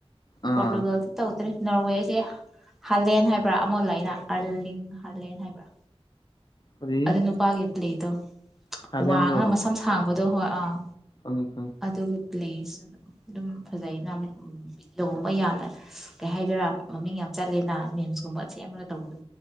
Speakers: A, on the left; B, in the centre.
A: ꯑꯥ
B: ꯄꯣꯔꯇꯨꯒꯜ ꯇꯧꯗ꯭ꯔꯦ ꯅꯣꯔꯋꯦꯁꯦ ꯍꯥꯂꯦꯟ ꯍꯥꯏꯕ꯭ꯔ ꯑꯃꯥ ꯂꯩꯅ ꯑꯥꯔꯂꯤꯡ ꯍꯥꯂꯦꯟ ꯍꯥꯏꯕ꯭ꯔ
A: ꯀꯔꯤ
B: ꯑꯗꯨ ꯅꯨꯄꯥꯒꯤ ꯄ꯭ꯂꯦꯏꯗꯣ
A: ꯊꯥꯏꯂꯦꯟꯔꯣ
B: ꯋꯥꯡꯉ ꯃꯁꯝ ꯁꯥꯡꯕꯗꯣ ꯍꯣꯏ ꯑꯥ
A: ꯈꯪꯉꯤ ꯈꯪꯉꯤ
B: ꯑꯗꯨꯒꯤ ꯄ꯭ꯂꯦꯁꯁꯨ ꯑꯗꯨꯝ ꯐꯖꯩꯅ ꯕꯤꯗꯤꯑꯣꯒꯨꯝꯕ ꯌꯥꯝꯅ ꯀꯩ ꯍꯥꯏꯗꯣꯏꯔ ꯃꯃꯤꯡ ꯌꯥꯝ ꯆꯠꯂꯦꯅ ꯃꯦꯝꯁꯀꯨꯝꯕ ꯁꯦꯝꯃꯒ ꯇꯧꯕꯗꯨ